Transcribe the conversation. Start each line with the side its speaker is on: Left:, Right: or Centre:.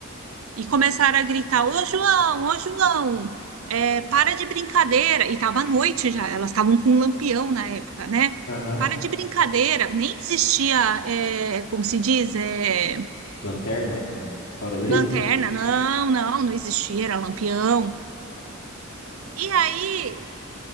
Right: E começaram a gritar: Ô João, ô João, é, para de brincadeira. E estava à noite já, elas estavam com um lampião na época, né?
Left: Aham.
Right: Para de brincadeira, nem existia, é, como se diz, é,
Left: Lanterna, farolete.
Right: lanterna, não, não, não existia, era lampião. E aí